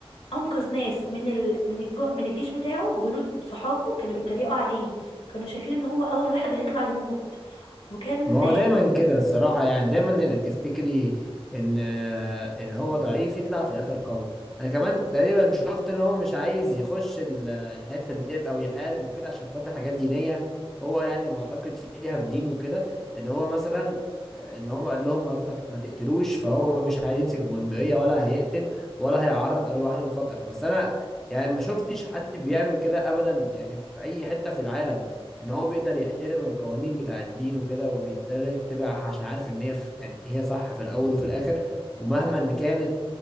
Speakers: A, on the left; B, in the centre.
A: انقذ ناس من ال... من الجو... من الجيش بتاعه جنود صحابه كانوا بيتريقوا عليه كانوا شايفين ان هو اول واحد هيطلع يموت وكان
B: ما هو دايما كده الصراحة يعني دايما اللي بتفتكري ان آه، ان هو ضعيف يطلع في الاخر قوي انا كمان
A: ب...
B: تقريبا شفت ان هو مش عايز يخش ال- الحتة ديت او يحارب وكده عشان خاطر حاجات دينية هو يعني معتقد فيها في دينه وكده ان هو مثلا ان هو قال لهم ما تق- ما تقتلوش فهو مش عايز يمسك بندقية ولا هيقتل ولا هيعرض ارواح للخطر بس انا يعني ما شفتش حد بيعمل كده ابدا يعني في اي حتة في العالم ان هو بيقدر يحترم القوانين بتاع الدين وكده وبيضطر يتبعها عشان عارف ان هي ف- يعني هي صح في الاول وفي الاخر ومهما إن كانت